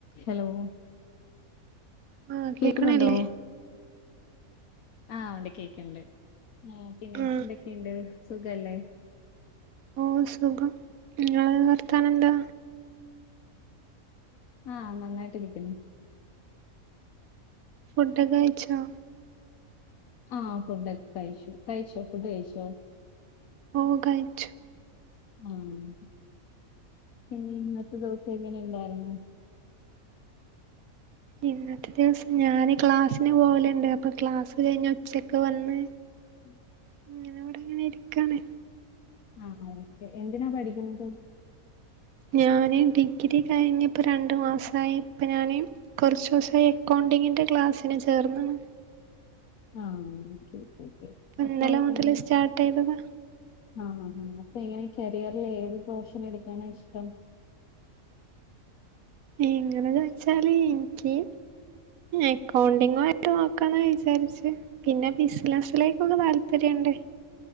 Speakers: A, on the left; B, on the right.
A: Hello.
B: ആഹ്
A: കോക്ക്ന്നുണ്ടോ
B: കേക്കണില്ലേ
A: ആ ഉണ്ട് കേക്ക്ണ്ട് ഏഹ്. പിന്നെ
B: ആഹ്
A: എന്തൊക്കേണ്ട്. സുഖല്ലെ.
B: ഓ സുഖം. ഇങ്ങളെ വർത്താനം എന്താ.
A: ആ നന്നായിട്ട് ഇരിക്ക്ണു.
B: ഫുഡ്ഡൊക്കെ കഴിച്ചോ.
A: ആ ഫുഡൊക്കെ കഴിച്ചു. കഴിച്ചൊ ഫുഡ് കഴിച്ചോ.
B: ഓ കഴിച്ചു.
A: ആഹ്. പിന്നെ ഇന്നത്തെ ദിവസം എങ്ങനെ ഇണ്ടായിരുന്നു.
B: ഇന്നത്തെ ദിവസം ഞാന് ക്ലാസ്സിന് പോവല്ണ്ട്. അപ്പം ക്ലാസ് കഴിഞ്ഞ് ഉച്ചക്ക് വന്ന്.
A: ഉം
B: ഇങ്ങനെ ഇവിടെ ഇങ്ങനെ ഇരിക്കാണ്.
A: ആഹ് ഓക്കെ. എന്തിനാ പഠിക്കുന്നത്.
B: ഞാന് ഡിഗ്രി കഴിഞ്ഞ് ഇപ്പം രണ്ട് മാസായി ഇപ്പ ഞാന് കൊറച്ചൂസം എക്കൗണ്ടിങ്ങിൻ്റെ ക്ലാസ്സിന് ചേർന്ന്ണ്.
A: ആ ഒക്കെക്കെക്കെ
B: ഇപ്പൊ
A: അപ്പെ
B: ഇന്നലെ മുതല്
A: <unintelligible>
B: സ്റ്റാർട്ട് ചെയ്തതാ
A: ആ ആ ഹാ അപ്പേ <unintelligible> ഇങ്ങനെ കെരിയറ്ല് ഏത് പ്രൊഫഷൻ എടുക്കാനാണ് ഇഷ്ടം.
B: എങ്ങനെന്ന്‌ വെച്ചാല് ഇൻക്ക്യ് എക്കൗണ്ടിങ് നോക്കാന്ന വിചാരിച്ചെ. പിന്നെ ബിസിനസിലേക്കെ താല്പര്യണ്ട്.